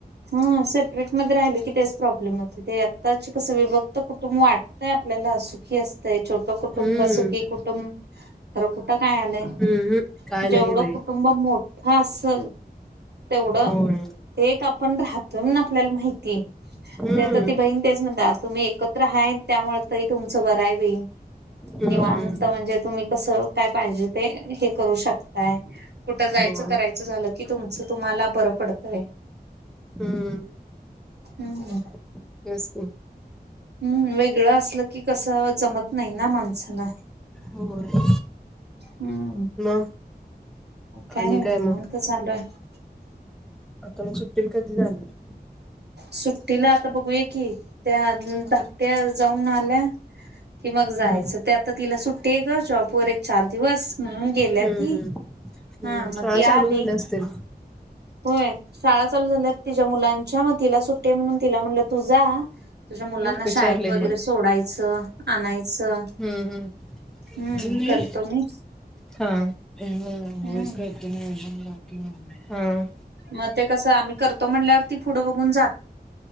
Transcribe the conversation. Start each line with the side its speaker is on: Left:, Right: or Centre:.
Right: ह सेपरेटमध्ये राहिले की तेच प्रॉब्लेम होते ते आत्ताचे कस विभक् त कुटुंब वाटतंय आपल्याला सुखी असतंय छोटं कुटुंब
Centre: हम्म
Right: सुखी कुटुंब खरं कुठं काय आलंय
Centre: हम्म काय
Right: जेवढं
Centre: नाही बाई
Right: कुटुंब मोठं असल तेवढं
Centre: होय
Right: एक आप आपण राहतो म्हणून आपल्याला माहिती आहे
Centre: हम्म
Right: ते आता ती बहीण तेच म्हणते आतून ते एकत्र आहे त्यामुळ ताई तुमचं बर आहे बई
Centre: हम्म
Right: निवांत
Centre: हम्म.
Right: म्हणजे तुम्ही कसं काय पाहिजे ते हे करू शकताय कुठं जायचं
Centre: होय
Right: करायचं झालं की तुमच तुम्हाला बरं पडतय.
Centre: हम्म
Right: हम्म हम्
Centre: <unintelligible>
Right: हम्म वेगळं असल की कसं जमत नाही ना माणसाना.
Centre: होय
Right: हम्म
Centre: मग
Right: काय
Centre: आणि
Right: नाही निवांत
Centre: मग
Right: चालू आहे.
Centre: आता मग सुट्टीला कधी जाणार.
Right: सुट्टीला आता बघूया की त्या धाकट्या ऊ जाऊन आल्या कि मग जायचं
Centre: हम्म
Right: ते आता तिला सुट्टी आहे जॉबवर एक चार दिवस म्हणून गेल्या
Centre: हम्म
Right: ती
Centre: हम्म
Right: ह मग
Centre: शाळा
Right: ती
Centre: चालू
Right: आली
Centre: झाल्या असतील
Right: होय शाळा चालू झाल्यात तिच्या मुलांच्या मग तिला सुट्टी आहे म्हणून तिला म्हटलं तु जा तुझ्या मुलांना
Centre: का विचारले
Right: शाळेत वगैरे
Centre: पण
Right: सोडायचं आणायचं.
Centre: हम्म हम्म
Right: हम्म
Centre: तुम्ही
Right: करतो मी.
Centre: हा <unintelligible>
Right: हम्म
Centre: ह
Right: मग ते कसं आम्ही करतो म्हटल्यावर ती पुढं बघून जा